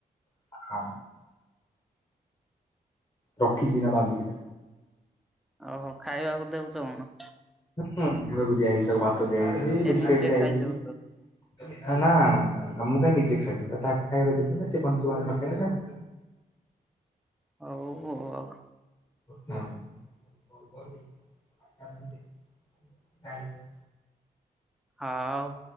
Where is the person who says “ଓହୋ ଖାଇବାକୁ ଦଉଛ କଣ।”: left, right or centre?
Centre